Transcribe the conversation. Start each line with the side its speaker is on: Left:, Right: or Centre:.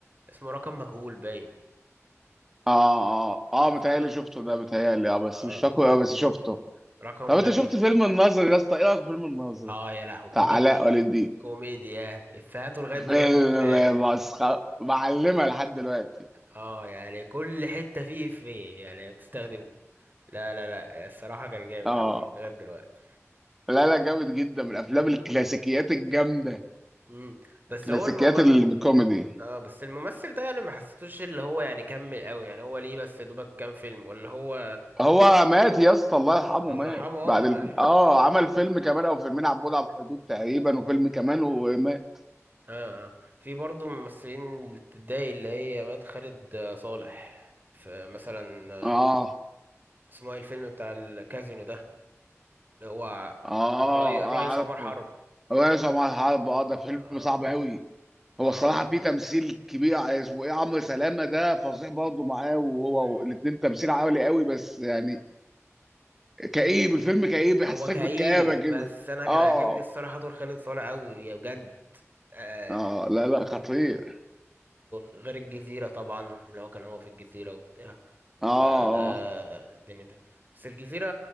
Right: اسمه رقم مجهول باين
Centre: اه اه اه
Right: شفته
Centre: متهيألي
Right: ده
Centre: شفته ده متهيألي اه بس
Right: اه
Centre: مش فاكره قوي بس شفته
Right: رقم
Centre: طب
Right: غريب
Centre: انت شفت فيلم الناظر يا اسطى ايه رايك في فيلم الناظر
Right: اه يا لهوي كوميديا
Centre: بتاع علاء ولي الدين
Right: كوميديا افيهاته لغايه
Centre: فيلم
Right: دلوقتي بت...
Centre: مسخره معلمه لحد دلوقتي
Right: اه يعني كل حته فيه افيه يعني بتستخدمه لا لا لا الصراحه كان جامد
Centre: اه
Right: قوي لغايه دلوقتي
Centre: لا لا جامد جدا من الافلام الكلاسيكيات الجامده
Right: امم بس
Centre: كلاسيكيات
Right: هو المم...
Centre: الكوميدي
Right: اه بس الممثل ده يعني ما حسيتوش اللي هو يعني كمل قوي يعني هو ليه بس دوبك كام فيلم ولا هو
Centre: هو مات يا اسطى الله يرحمه
Right: الله
Centre: مات
Right: يرحمه اه
Centre: بعد ال...
Right: لا
Centre: اه عمل فيلم كمان او فيلمين عبود على بعد عن الحدود تقريبا وفيلم كمان ومات
Right: اه اه في برضه ممثلين اللي بتتضايق اللي هي مات خالد آه، صالح فمثلا
Centre: اه
Right: اسمه ايه الفيلم بتاع الكازينو ده اللي هو
Centre: اه
Right: الري... الرئيس
Centre: اه عارفه
Right: عمر حرب
Centre: هو يا جماعه الحرب اه ده فيلم
Right: اه
Centre: صعب قوي هو
Right: اه
Centre: الصراحة في تمثيل كبير اسمه ايه عمرو سلامة ده فظيع برضه معاه وهو
Right: مم.
Centre: الاتنين تمثيل عالي قوي بس يعني كئيب الفيلم كئيب يحسسك
Right: هو كئيب
Centre: بالكآبة كده
Right: بس انا كان
Centre: اه
Right: عاجبني الصراحه دور خالد صالح قوي يا بجد آه
Centre: اه لا لا خطير
Right: غير الجزيره طبعا اللي هو كان هو في الجزيره وبتاع فده
Centre: اه اه
Right: الدنيا دي بس الجزيره